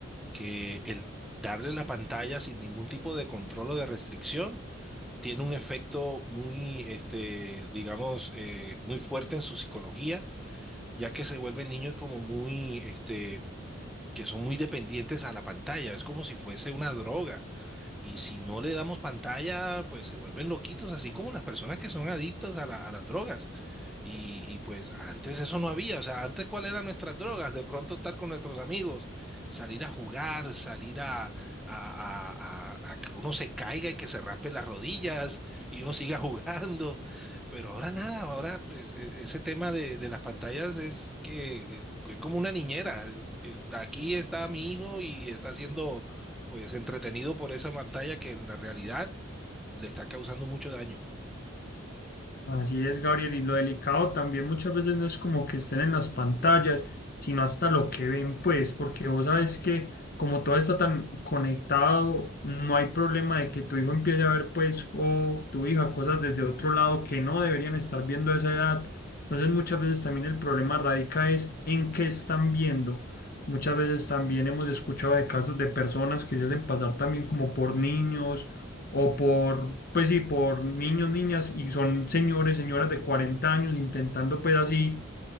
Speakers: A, in the centre; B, on the left.
A: que el darle la pantalla sin ningún tipo de control o de restricción tiene un efecto muy, este, digamos, eh, muy fuerte en su psicología, ya que se vuelven niños como muy, este, que son muy dependientes a la pantalla. Es como si fuese una droga. Y si no le damos pantalla, pues se vuelven loquitos, así como las personas que son adictos a la- a las drogas. Y, y, pues antes eso no había, o sea, antes cuál eran nuestras drogas, de pronto estar con nuestros amigos, salir a jugar, salir a, a, a- a- a que uno se caiga y que se raspe las rodillas y uno siga <laughs> jugando, pero ahora nada, ahora pues e- ese tema de, de las pantallas es que eh, es como una niñera, es- está aquí está mi hijo y está siendo pues entretenido por esa pantalla que en la realidad le está causando mucho daño.
B: Así es, Gabriel, y lo delicado también muchas veces no es como que estén en las pantallas, sino hasta lo que ven, pues, porque vos sabes que como todo está tan conectado, no hay problema de que tu hijo empiece a ver, pues, o tu hija cosas desde otro lado que no deberían estar viendo a esa edad. Entonces, muchas veces también el problema radica es en qué están viendo. Muchas veces también hemos escuchado de casos de personas que se hacen pasar también como por niños o por, pues sí, por niños, niñas, y son señores, señoras de 40 años intentando pues así